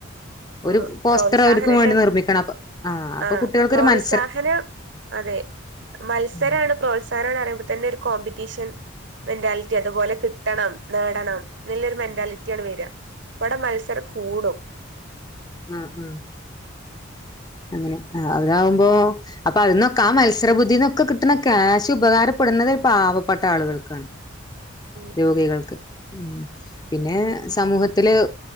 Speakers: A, on the left (about 20°); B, on the right (about 60°).
A: ഒരു
B: ആഹ്
A: പോസ്റ്റർ
B: പ്രോത്സാഹനണ്ട്
A: അവർക്ക് വേണ്ടി നിർമ്മിക്കണം അപ്പ ആ അപ്പൊ
B: ആഹ്
A: കുട്ടികൾക്കരു മന
B: പ്രോത്സാഹനം അതെ മത്സരാണ്
A: ഉം.
B: പ്രോത്സാഹനംന്ന് പറിയുമ്പോ തന്നെ ഒരു കോമ്പറ്റീഷൻ മെന്റാലിറ്റി അതുപോലെ കിട്ടണം, നേടണം. നല്ലൊരു മെന്റാലിറ്റി ആണ് വര ഇവിടെ മത്സരം കൂടും
A: ഉം ഉം അങ്ങനെ
B: ഉം
A: ആഹ് അവരാവുമ്പോ അപ്പൊ അതിനൊക്കെ, ആ മത്സരബുദ്ധിന്നൊക്കെ കിട്ടുന്ന ക്യാഷ് ഉപകാരപ്പെടുന്നത് ഒരു പാവപ്പെട്ട ആളുകൾക്ക്. ആഹ്
B: ഉം
A: രോഗികൾക്ക്,
B: ഉം
A: ഉം പിന്നെ
B: ഉം
A: സമൂഹത്തിൽ